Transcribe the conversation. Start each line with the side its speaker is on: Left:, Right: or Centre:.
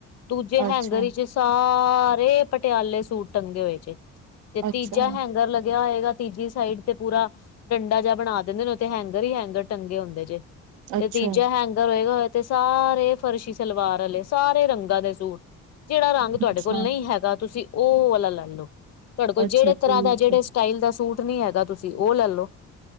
Left: ਦੂਜੇ ਹੈਂਗਰ
Right: ਅੱਛਾ
Left: ਵਿੱਚ ਸਾਰੇ ਪਟਿਆਲੇ ਸੂਟ ਟੰਗੇ ਹੋਏ ਜੇ। ਤੇ
Right: ਅੱਛਾ
Left: ਤੀਜਾ ਹੈਂਗਰ ਲੱਗਿਆ ਹੋਏਗਾ ਤੀਜੀ ਸਾਈਡ ਤੇ ਪੂਰਾ ਡੰਡਾ ਜਿਹਾ ਬਣਾ ਦਿੰਦੇ ਨੇ- ਤੇ ਹੈਂਗਰ ਹੀ ਹੈਂਗਰ ਟੰਗੇ ਹੁੰਦੇ ਜੇ,
Right: ਅੱਛਾ
Left: ਤੇ ਤੀਜਾ ਹੈਂਗਰ ਹੋਏਗਾ- ਤੇ ਸਾਰੇ ਫਰਸ਼ੀ ਸਲਵਾਰ ਵਾਲੇ, ਸਾਰੇ ਰੰਗਾਂ ਦੇ ਸੂਟ- ਜੇਹੜਾ ਰੰਗ ਤੁਹਾਡੇ
Right: ਅੱਛਾ
Left: ਕੋਲ ਨਹੀਂ ਹੈਗਾ, ਤੁਸੀਂ ਉਹ ਵਾਲਾ ਲੈ ਲਓ- ਤੁਹਾਡੇ ਕੋਲ
Right: ਅੱਛਾ
Left: ਜਿਹੜੇ ਤਰ੍ਹਾਂ
Right: ਠੀਕ
Left: ਦਾ ਜਿਹੜੇ
Right: ਹੈ
Left: ਸਟਾਈਲ ਦਾ ਸੂਟ ਨੀ ਹੈਗਾ ਤੁਸੀਂ ਉਹ ਲੈ ਲਓ।